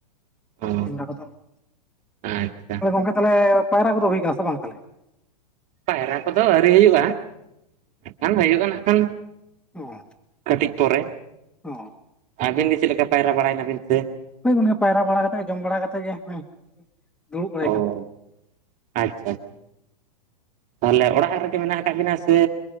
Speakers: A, on the right; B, in the centre.
A: ᱚ
B: <unintelligible> ᱠᱚᱫᱚ। <unintelligible>
A: ᱟᱪᱪᱷᱟ
B: ᱠᱚᱫᱚ ᱜᱚᱝᱠᱮ ᱛᱟᱦᱟᱞᱮ, ᱯᱟᱭᱨᱟ ᱠᱚᱫᱚ ᱦᱩᱭ ᱠᱟᱱᱟ ᱥᱮ ᱵᱟᱝ ᱛᱟᱦᱟᱞᱮ?
A: ᱯᱟᱭᱨᱟ ᱠᱚᱫᱚ ᱟᱹᱣᱨᱤ ᱦᱳᱭᱳᱜᱼᱟ, ᱮᱠᱷᱟᱱ ᱦᱳᱭᱳᱜᱼᱟ ᱱᱟᱜ ᱠᱷᱟᱱ᱾
B: ᱚ
A: ᱠᱟᱹᱴᱤᱡ ᱯᱚᱨᱮ᱾
B: ᱚ
A: ᱟᱹᱵᱤᱱ ᱜᱮ ᱪᱮᱫ ᱞᱮᱠᱟ ᱯᱟᱭᱨᱟ ᱵᱟᱲᱟᱭᱮᱱᱟᱵᱤᱱ ᱥᱮ?
B: ᱦᱳᱭ ᱜᱚᱝᱠᱮ, ᱯᱟᱭᱨᱟ ᱵᱟᱲᱟ ᱠᱟᱛᱮ ᱡᱚᱢ ᱵᱟᱲᱟ ᱠᱟᱛᱮ ᱜᱮ ᱦᱚᱸᱚᱭ ᱫᱩᱲᱩᱵ ᱵᱟᱲᱟᱭ
A: ᱚ
B: ᱠᱟᱱᱟ᱾
A: ᱟᱪᱪᱷᱟ᱾ ᱛᱟᱦᱟᱞᱮ ᱚᱲᱟᱜ ᱨᱮᱜᱮ ᱢᱮᱱᱟᱜ ᱠᱟᱜ ᱵᱤᱱᱟ? ᱥᱮ